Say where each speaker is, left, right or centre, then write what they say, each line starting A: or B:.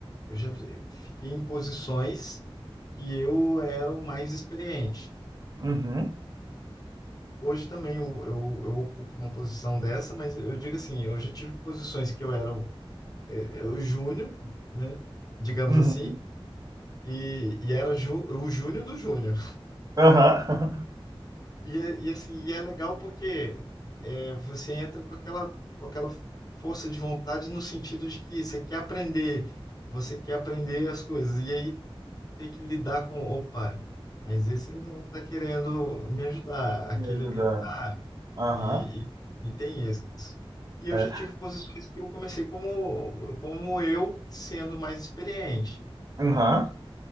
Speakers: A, on the left (about 40°); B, on the right (about 40°).
A: eu já fiquei em posições que eu era o mais experiente.
B: uhum,
A: Hoje também eu, eu, eu ocupo uma posição dessa, mas eu digo assim, eu já tive posições que eu era o, é, é, o júnior, né? Digamos
B: uhum.
A: assim, E, e era Ju- o Júnior do Júnior.
B: Aham.
A: E, é- e assim, e é legal porque é, você entra com aquela, com aquela força de vontade no sentido de que você quer aprender, você quer aprender as coisas, e aí tem que lidar com, opa, mas esse não está querendo me ajudar,
B: <laughs>
A: aquele
B: Me ajudar.
A: ali tá,
B: Aham.
A: e, e, e tem isso. E eu
B: É.
A: já tive posições que eu comecei como, como eu sendo mais experiente.
B: Aham,